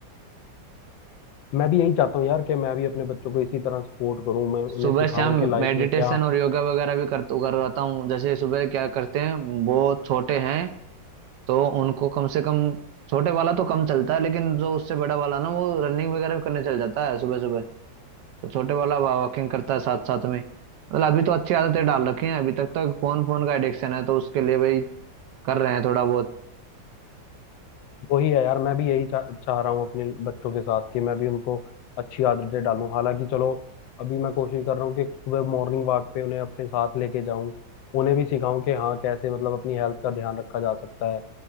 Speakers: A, on the left; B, on the right.
A: मैं भी यही चाहता हूँ यार कि मैं भी अपने बच्चों को इसी तरह सपोर्ट करूँ मैं उन्हें
B: सुबह
A: सिखाऊं
B: शाम
A: कि लाइफ
B: मेडिटेशन
A: में क्या
B: और योगा वगैरह भी कर करवाता हूँ जैसे सुबह क्या करते हैं वो छोटे हैं तो उनको कम से कम छोटे वाला तो कम चलता है लेकिन जो उससे बड़ा वाला ना वो रनिंग वगैरह भी करने चल जाता है सुबह सुबह तो छोटे वाला वॉकिंग करता है साथ साथ में मतलब अभी तो अच्छी आदतें डाल रखी हैं अभी तक तो फोन फोन का एडिक्शन है तो उसके लिए भाई कर रहे हैं थोड़ा बहुत
A: वही है यार मैं भी यही चा, चाह रहा हूँ अपने बच्चों के साथ कि मैं भी उनको अच्छी आदतें डालूं हालांकि चलो अभी मैं कोशिश कर रहा हूँ कि सुबह मॉर्निंग वॉक पे उन्हें अपने साथ लेके जाऊं उन्हें भी सिखाऊं कि हाँ कैसे मतलब अपनी हेल्थ का ध्यान रखा जा सकता है